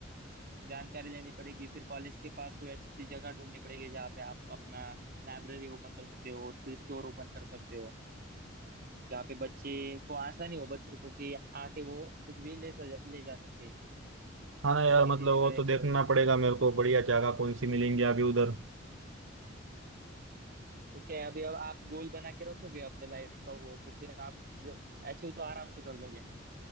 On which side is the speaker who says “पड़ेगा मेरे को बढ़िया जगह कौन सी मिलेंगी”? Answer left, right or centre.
Right